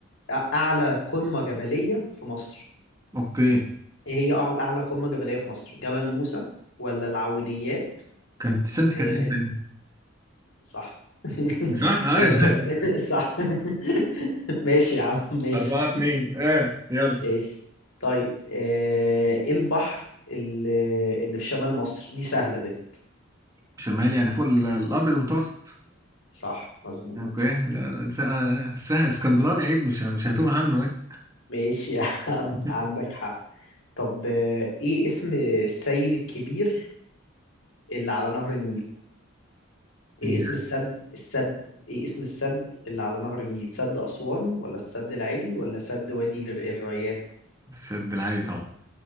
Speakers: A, on the left; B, on the right.
A: أ... أعلى قمة جبلية في مصر؟
B: اوكي
A: ايه هي اعلى اعلى قمة جبلية في مصر جبل موسى ولا العوينيات
B: كانت سانت كاترين
A: إيه ال-
B: تاني
A: صح <laughs>
B: صح؟ ايوه
A: ديت كانت
B: <laughs>
A: <laughs> صح <laughs> ماشي يا عم ماشي
B: أربعة اتنين اه يلا
A: ماشي طيب آه، ايه البحر اللي اللي في شمال مصر دي سهلة دي
B: شمال يعني فوق ال- الابيض المتوسط
A: صح مظبوط
B: اوكي لا لا ده- سه اسكندراني عيب مش مش هتوه عنه ايه
A: ماشي يا عم
B: <laughs>
A: عندك حق طب آه، ايه اسم السيد الكبير اللي على نهر النيل ايه
B: إيه،
A: اسم السد السد ايه اسم السد اللي على نهر النيل سد أسوان ولا السد العالي ولا سد وادي الر- الريان
B: سد العالي طبعا